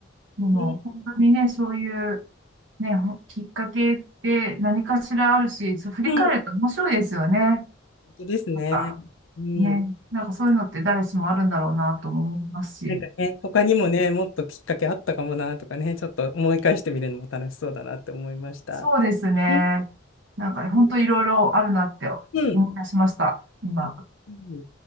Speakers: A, on the right; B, on the left.
A: でも、
B: ん、
A: 本当にね、そういう、ね、ほきっかけって何かしらあるし、そう振り返ると面白いですよね。
B: うん
A: なん
B: 本当ですね。
A: か、
B: うん、
A: ね、なんかそういうのって誰しもあるんだろうなとも思いますし。
B: なんかね、他にもね、もっときっかけあったかもなとかね、ちょっと思い返してみるのも楽しそうだなって思いました。
A: そうですね。
B: うん、
A: なんか本当いろいろあるなって思い出しました、
B: うん。
A: 今。
B: うん